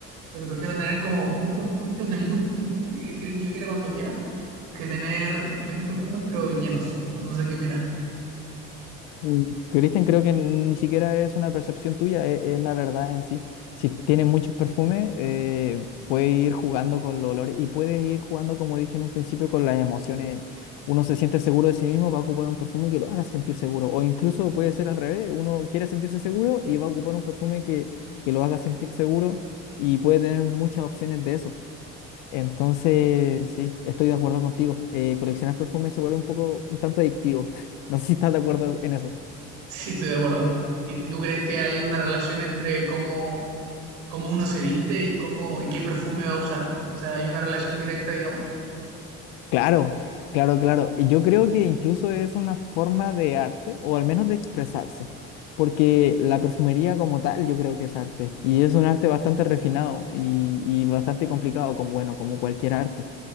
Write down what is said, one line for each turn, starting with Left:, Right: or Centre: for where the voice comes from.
Right: pero prefiero tener como muchos conchos de muchos perfumes y elegir el que yo quiera cuando quiera, que tener menos perfumes pero llenos. No, no sé qué opinas. <laughs>
Left: Mm, Cristian, creo que ni siquiera es una percepción tuya, e- es, la verdad en sí. Si tienes muchos perfumes, eh, puede ir jugando con los olores y puedes ir jugando, como dije en un principio, con las emociones. Uno se siente seguro de sí mismo, va a ocupar un perfume que lo haga sentir seguro. O incluso puede ser al revés, uno quiere sentirse seguro y va a ocupar un perfume que, que lo haga sentir seguro y puede tener muchas opciones de eso. Entonces, sí, estoy de acuerdo contigo. Eh, coleccionar perfumes se vuelve un poco, un tanto adictivo. <laughs> No sé si estás de acuerdo en eso.
Right: Sí, estoy de acuerdo. ¿Y, y tú crees que hay una relación entre cómo, cómo uno se viste y cómo y qué perfume va a usar? O sea, hay una relación directa, digamos.
Left: Claro, claro, claro. Y yo creo que incluso es una forma de arte, o al menos de expresarse, porque la perfumería como tal yo creo que es arte, y es un arte bastante refinado y, y bastante complicado, como, bueno, como cualquier arte.